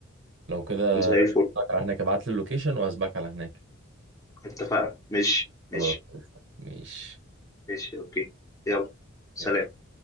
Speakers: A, on the right; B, on the left.
A: لو كده
B: زي الفل
A: أشوفك على هناك ابعت لي اللوكيشن وهسبقك على هناك
B: اتفقنا ماشي
A: خلاص
B: ماشي
A: قشطة. ماشي
B: ماشي أوكي يلا سلام
A: يلا